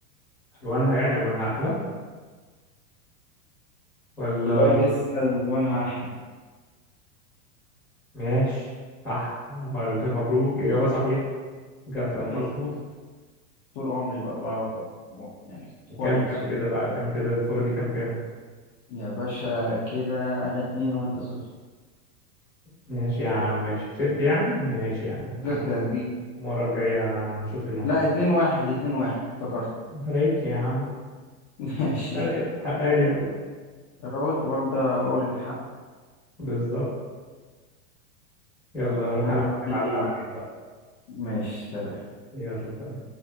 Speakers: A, in the centre; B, on the left (about 40°).
A: الوانها يعني الوانها احلى ولا
B: الاي بي اس الوانها احلى
A: ماشي صح مبروك اجابة صحيحة اجابتك
B: هيبقى عليه
A: مظبوطة
B: طول عمري بقى, بقى, بقى م- يعني كويس
A: كام كام
B: في
A: كده
B: الحاجات
A: بقى كام
B: دي
A: كده الفورة دي كام كام
B: يا باشا كده انا اتنين وانت صفر
A: ماشي يا عم ماشي كسبت يعني ماشي يا عم عاد
B: جبت يا كبير
A: المرة الجاية هنشوف الموضوع
B: لا اتنين واحد اتنين واحد افتكرت
A: ما فرقتش يا عم
B: <laughs> ماشي
A: فرقت حقاني أوي
B: انا قلت برضه اقول الحق
A: بالظبط يلا هروح
B: نلعب
A: أنا ألعب
B: بالليل
A: بعدين بقى
B: ماشي سلام
A: يلا تمام